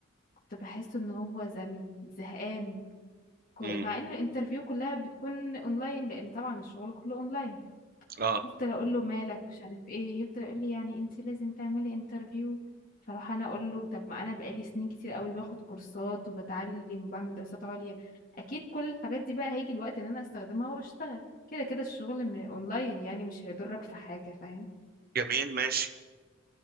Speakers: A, on the left; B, on the right.
A: كنت بحسه إن هو زم- زهقان ك- مع
B: امم
A: ان الانترفيو كلها بتكون اونلاين لان طبعا الشغل كله اونلاين
B: اه
A: بفضل اقول له مالك مش عارف ايه يفضل يقول لي يعني انت لازم تعملي انترفيو فاروح انا اقول له طب ما انا بقالي سنين كتير قوي باخد كورسات وبتعلم وبعمل دراسات عليا اكيد كل الحاجات دي بقى هيجي الوقت ان انا استخدمها واشتغل كده كده الشغل من اونلاين يعني مش هيضرك في حاجة فاهم
B: جميل ماشي